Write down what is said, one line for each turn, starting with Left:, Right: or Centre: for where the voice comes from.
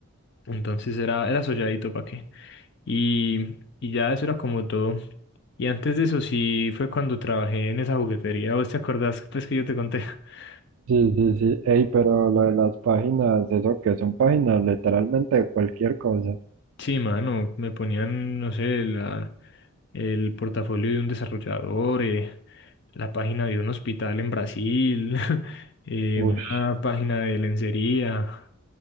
Left: Entonces era, era solladito para qué. Y, y ya eso era como todo. Y antes de eso sí fue cuando trabajé en esa juguetería. ¿Vos te acordás pues que yo te conté? <laughs>
Right: Sí, sí, sí. Ey, pero lo de las páginas, eso que son páginas literalmente de cualquier cosa.
Left: Sí, mano, me ponían, no sé, la, el portafolio de un desarrollador, eh, la página de un hospital en Brasil, <laughs> eh,
Right: Ush.
Left: una página de lencería,